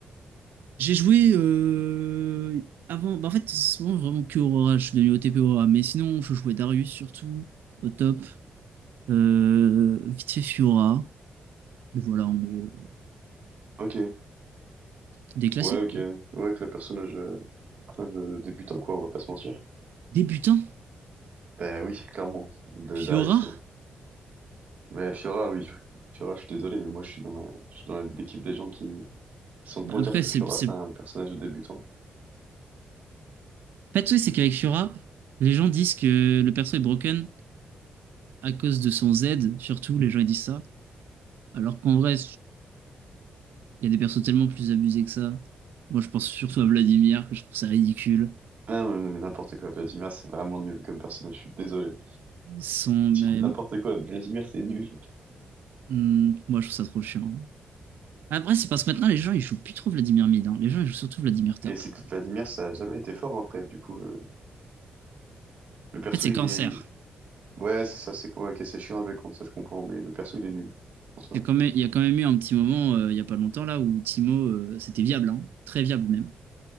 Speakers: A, on the right (about 80°); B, on the right (about 55°).
A: J'ai joué euh, avant. bah, en fait, souvent vraiment que Aurora, je suis devenu OTP Aurora, mais sinon je jouais Darius surtout, au top. Euh, vite fait Fiora. Voilà en gros.
B: Ok.
A: Des classiques
B: Ouais, ok.
A: quoi.
B: Ouais, que le personnage, euh, putain, je- débutant, quoi, on va pas se mentir.
A: Débutants.
B: Bah oui, clairement, de
A: Fiora.
B: Darius. euh. Mais Fiora, oui, je- Fiora, je suis désolé, mais moi, je suis dans la, je suis dans la- l'équipe des gens qui, qui sont pour
A: Après,
B: dire que
A: c'est
B: Fiora,
A: c'est
B: c'est un personnage de débutant.
A: Pas de souci, c'est qu'avec Fiora, les gens disent que le perso est broken à cause de son Z, surtout, les gens ils disent ça. Alors qu'en vrai, il y a des persos tellement plus abusés que ça. Moi, je pense surtout à Vladimir, que je trouve ça ridicule.
B: Ah, mais, mais n'importe quoi, Vladimir, c'est vraiment nul comme personnage, je suis désolé.
A: Son.
B: Tu
A: mais,
B: dis n'importe quoi, Vladimir, c'est nul.
A: hmm, moi, je trouve ça trop chiant. Après, c'est parce que maintenant, les gens, ils jouent plus trop Vladimir mid. hein. Les gens, ils jouent surtout Vladimir top.
B: Et c'est que Vladimir, ça a jamais été fort, après, du coup, euh, le perso,
A: En fait, c'est
B: il
A: cancer.
B: est... Ouais, c'est ça, c'est ouais, ok, c'est chiant à jouer contre, ça, je comprends, mais le perso, il est nul, en soi.
A: C'est quand même- Il y a quand même eu un petit moment, euh, il y a pas longtemps, là, où Timo, euh, c'était viable, hein. Très viable même.